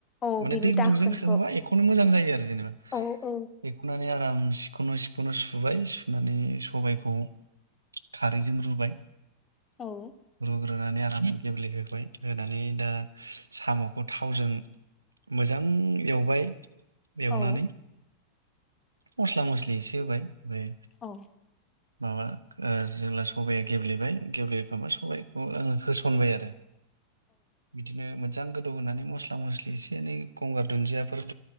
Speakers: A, on the left (about 25°); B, on the right (about 80°).
A: औ
B: माने
A: बिनि
B: दै
A: दाखोनखौ
B: गुदुंजों सोङोबा एखनो मोजां जायो। जेनबा
A: औ औ
B: एखनानै आम सिखनो सिखनो सुबाय नानै सबायखौ खारैजों रुबाय
A: औ।
B: ग्रोनानै आराम गेब्लेहोबाय, होनानै दा साम'खौ थावजों मोजां एवबाय एवनानै
A: औ
B: मस्ला मस्लि एसे होबाय बाय
A: औ
B: माबा ओ जेब्ला सबाया गेब्लेबाय गेब्लेहोखांबा सबाइखौ आङो होसनबाय आरो बिदिनो मोजां गो दौ होनानै मस्ला मस्लि एसे एनै गंगार दुन्दियाफोर